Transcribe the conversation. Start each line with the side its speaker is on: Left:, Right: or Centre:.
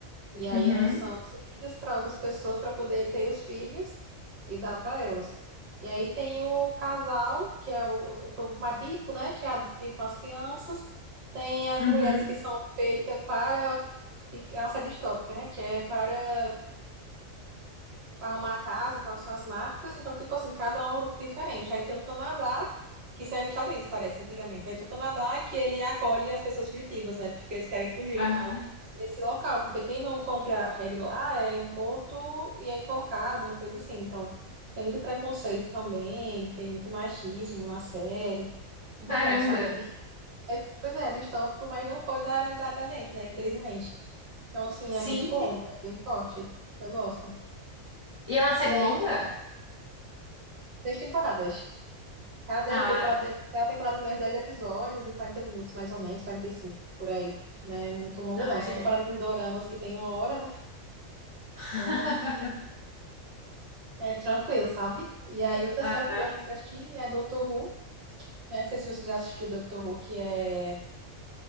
Right: E aí
Left: Uhum.
Right: elas são cedidas para outras pessoas para poder ter os filhos e dar para elas. E aí tem o casal, que é o, o povo mais rico, né? Que é a- fica com as crianças. Tem as
Left: Uhum.
Right: mulheres que são feitas para ficar, é uma série distópica, né? Que é para arrumar a casa e tal, que são as marcas. Então, tipo assim, cada um é um grupo diferente. Aí tem o Canadá, que isso era nos Estados Unidos, parece, antigamente. Aí tem o Canadá, que ele acolhe as pessoas fugitivas, né? Porque eles querem fugir
Left: Aham.
Right: nesse local, porque quem não cumpre a regra lá é morto e é enforcado, uma coisa assim. Então, tem muito preconceito também, tem muito machismo na série, tudo
Left: Caramba.
Right: mais, sabe? É bem- é- pois é, é distópico, mas não fora da realidade da gente, né? Infelizmente. Então, assim,
Left: Sim,
Right: é muito bom,
Left: sim.
Right: é bem forte. Eu gosto.
Left: E é uma série
Right: E aí,
Left: longa?
Right: tem seis temporadas. Cada
Left: Ah,
Right: dez temporada, cada temporada tem uns 10 episódios, de 40 minutos, mais ou menos, 45 por aí. né? Não é muito longa,
Left: ah,
Right: não. Se comparado
Left: é.
Right: com os doramas que tem uma hora, né?
Left: <laughs>
Right: Então, acho que É tranquilo, sabe? E aí, outra
Left: Ah,
Right: série que eu gosto muito de assistir é Doctor Who. né? Não sei se você já assistiu Doctor Who, que é